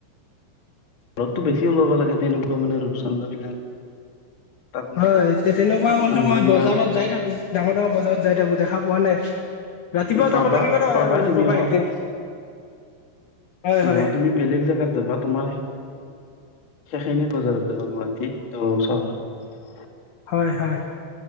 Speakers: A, on the left; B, on the left.
A: ঘৰততো বেছি ওলব লাগে তেনেকুৱা মানে ৰূপচান্ন্দা বিলাক। তাত
B: হয় তেনেকুৱা হন্তু
A: মানে
B: মই
A: তোমাৰ
B: বজাৰত যাই থাকো ডাঙৰ ডাঙৰ বজাৰ যাই তাকো দেখা পোৱা নাই ৰাতিপুৱা
A: পাবা
B: যাব লাগিব ৰ
A: পাবা তুমি
B: ৰবা
A: অলপ
B: একদিন। হয় হয়
A: নহয় তুমি বেলেগ জোগাত যাবা তোমাৰ সেইখিনি বজাৰত গুৱাহাটী চহৰত।
B: হয়, হয়